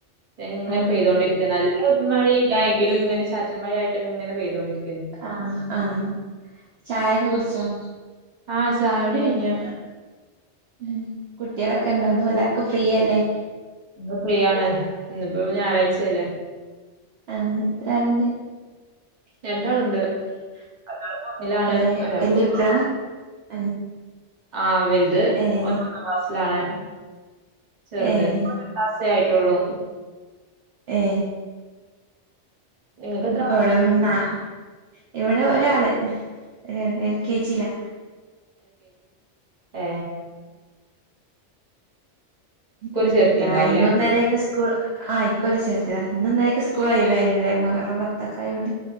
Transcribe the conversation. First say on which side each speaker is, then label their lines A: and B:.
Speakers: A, on the right; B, on the right.
A: ന്നങ്ങനെ
B: ആഹ്
A: പെയ്തോണ്ടിരിക്ക നല്ല മഴെ. ഇല്ല എങ്കിലും ങ്ങനെ ചാറ്റൽമയായിട്ട് ങ്ങനെ ചെയ്തോണ്ടിരിക്കാ.
B: ആഹ, ആഹ, ചായൊക്കെ കുടിച്ചോ?
A: ആഹ്, ചായോടി കൈഞ്ഞ്.
B: ഉം.. കുട്ട്യളൊക്കെണ്ടൊ? ഇന്ന് എല്ലാർക്കും ഫ്രീയല്ലേ?
A: ഇന്ന് ഫ്രീയാണ്. ഇന്നിപ്പോ ഞായറാഴ്ച്ചല്ലേ?
B: ആഹ, ഇത്ര ആളിണ്ട്?
A: രണ്ടാളുണ്ട്. ഒരാളിപ്പോ ഒന്നിലാണ്.
B: ഏഹ്
A: ഒരാൾക്പ്പോ
B: വല്യ കുട്ട്യാളാ ഏഹ്
A: ആഹ്, വൽത്
B: ഏഹ്
A: ഓനൊന്നാം ക്ലാസിലാണ്. ചെർത്
B: ഏഹ്
A: <unintelligible> ആയിട്ടൊള്ളൂ.
B: ഏ,
A: നിങ്ങൾക്ക് എത്ര ആളാ
B: അവിടെന്നാ ഇവിടെ ഒരാള്. ഒരാൾ എൽ കെ ജിലാ.
A: ഏ...
B: ഇൻതാ
A: ചേർത്തിണ്ടാവൂല്ലേ
B: ഇന്നുന്നെലെക്കെ കൂൾ ആ ഇക്കൊല്ലം ചേർത്ത്യതാ. ന്നും ന്നലൊക്കെ സ്കൂൾ ഒഴിവേനിലെ? മുഹറം പത്തൊക്കെആയോണ്ട്.